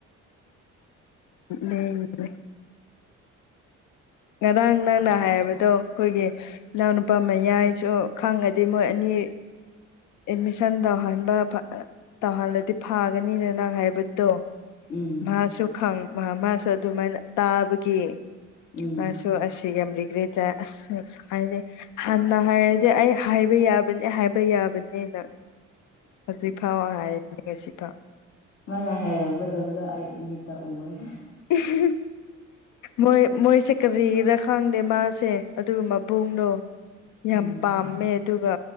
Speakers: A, on the left (about 80°); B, on the left (about 55°).
A: <unintelligible> ꯉꯔꯥꯡ ꯅꯪꯅ ꯍꯥꯏꯕꯗꯣ ꯑꯩꯈꯣꯏꯒꯤ ꯏꯅꯥꯎ ꯅꯨꯄꯥ ꯃꯌꯥꯏꯁꯨ ꯈꯪꯉꯥꯗꯤ ꯃꯣꯏ ꯑꯅꯤ ꯑꯦꯠꯃꯤꯁꯟ ꯇꯧꯍꯟꯕ ꯐ ꯇꯧꯍꯜꯂꯗꯤ ꯐꯥꯒꯅꯤꯅ ꯅꯪ ꯍꯥꯏꯕꯗꯣ
B: ꯎꯝ
A: ꯃꯥꯁꯨ ꯈꯪ ꯃꯥꯁꯨ ꯑꯗꯨꯃꯥꯏꯅ ꯇꯥꯕꯒꯤ
B: ꯎꯝ
A: ꯃꯥꯁꯨ ꯇꯣꯛꯑꯁꯤ ꯌꯥꯝ ꯔꯤꯒ꯭ꯔꯦꯠ ꯆꯥꯏ ꯑꯁ ꯉꯁꯥꯏꯗꯩ ꯍꯥꯟꯅ ꯍꯥꯏꯔꯗꯤ ꯑꯩ ꯍꯥꯏꯕ ꯌꯥꯕꯅꯤ ꯍꯥꯏꯕ ꯌꯥꯕꯅꯤ ꯅꯦꯅ ꯍꯧꯖꯤꯛ ꯐꯥꯎ ꯍꯥꯏꯔꯤ <unintelligible>
B: ꯃꯥꯅ ꯍꯥꯏꯔꯝꯒꯗꯕꯗꯣ ꯑꯩ ꯏꯃꯤꯠꯇ ꯎꯑꯦ
A: ꯎꯍꯪ ꯃꯣꯏ ꯃꯣꯏꯁꯦ ꯀꯔꯤꯔꯥ ꯈꯪꯗꯦ ꯃꯥꯁꯦ ꯑꯗꯨꯒ ꯃꯕꯨꯡꯗꯣ ꯌꯥꯝ
B: ꯎꯝ
A: ꯄꯥꯝꯃꯦ ꯑꯗꯨꯒ